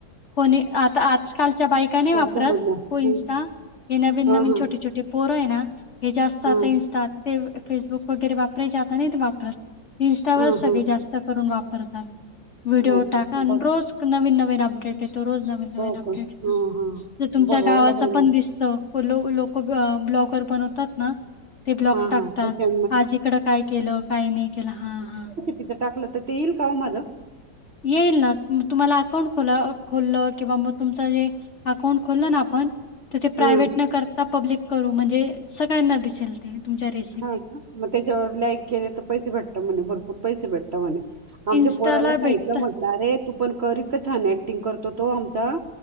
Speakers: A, on the left (about 45°); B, on the right (about 45°).
A: कोणी आता आजकालच्या बायकाने वापरत,
B: समजलं
A: को इंस्टा
B: हं,
A: हे नवीन
B: हा
A: नवीन
B: हा
A: छोटे छोटे पोरय ना हे जास्त
B: हा
A: आता इन ते फेसबुक वगैरे वापरायचे आता नाही ते वापरत इंस्टावरच
B: हा
A: सगळे
B: हा
A: जास्त <unintelligible> वापतात व्हिडओ
B: हो
A: टाका
B: का
A: आणि
B: बघ
A: रोज नवीन नवीन अपडेट रोज नवीन नवीन
B: हो
A: अपडेट
B: का हा
A: येता
B: हा
A: तुमच्या
B: बघावं
A: गावाचा
B: लागेल
A: पण
B: मग
A: दिसतो लो लोक ब्लॉगर बनवतात ना? ते ब्लॉक
B: हा
A: टाकतात
B: हा त्याच्या
A: आज इकडं काय केलं काही नाही केलं. हा हा
B: इथं टाकलं तर ते येईल का वो माझं?
A: येईल ना तुम्हाला अकाउंट खोला खोललं किंवा मग तुमचा जे अकाउंट खोलं ना आपण तर ते प्रायव्हेट
B: हा
A: न कर त्या पब्लिक करू म्हणजे सगळ्यांना दिसेल ते तुमच्या रेसिपी.
B: हा का? मग त्याच्यावर लाईक केले तर पैसे भेटतात म्हणे भरपूर पैसे भेटतात म्हणे. आमच्या
A: इन्स्टाला
B: पोराला सांगितल
A: भेटत
B: मग. अरे तू पण कर इतक छान ऍक्टिंग करतो तो आमचा